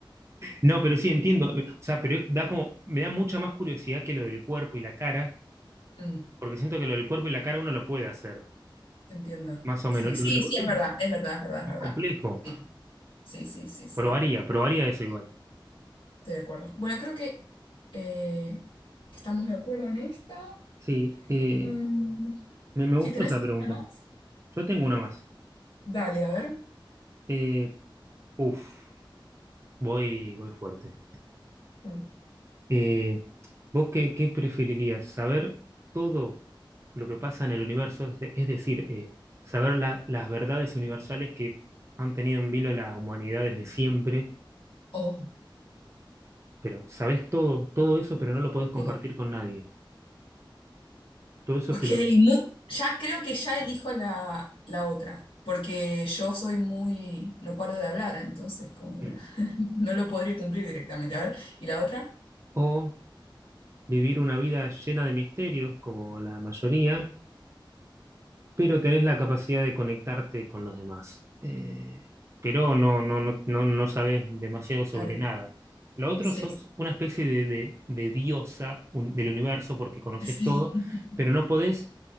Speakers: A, on the right; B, on the left.
A: No, pero sí entiendo. eh, O sea, pero da como, me da mucha más curiosidad que lo del cuerpo y la cara,
B: Mm,
A: porque siento que lo del cuerpo y la cara uno lo puede hacer,
B: entiendo.
A: más o
B: Sí,
A: menos. Lo,
B: sí,
A: lo
B: sí,
A: otro
B: es verdad,
A: es
B: es verdad, es verdad, es
A: más
B: verdad.
A: complejo.
B: Sí, sí, sí, sí, sí.
A: Probaría, probaría eso igual.
B: Estoy de acuerdo. Bueno, creo que, eh, que estamos de acuerdo en esta.
A: Sí, eh,
B: Mm,
A: me, me
B: si
A: gustó
B: tenés
A: esa pregunta.
B: alguna más,
A: Yo tengo una más.
B: dale, a ver.
A: Eh, uf, voy, voy fuerte.
B: Uh,
A: Eh, ¿vos qué, qué preferirías? ¿Saber todo lo que pasa en el universo? Es, de- es decir, eh, saber la- las verdades universales que han tenido en vilo la humanidad desde siempre,
B: Oh,
A: pero sabés todo, todo eso, pero no
B: todo.
A: lo podés compartir
B: todo.
A: con nadie. Todo eso
B: Ok,
A: te lo...
B: mu- ya creo que ya elijo la, la otra, porque yo soy muy, no paro de hablar, entonces como que
A: Mm.
B: no, <laughs> no lo podría cumplir directamente. A ver, ¿y la otra?
A: O vivir una vida llena de misterios, como la mayoría, pero tenés la capacidad de conectarte con los demás. Eh, pero no, no, no, no, no sabes demasiado sobre
B: Claro,
A: nada. Lo otro
B: sí,
A: sos una especie de, de- de diosa un- del universo porque conoces
B: sí.
A: todo,
B: <laughs>
A: pero no podés,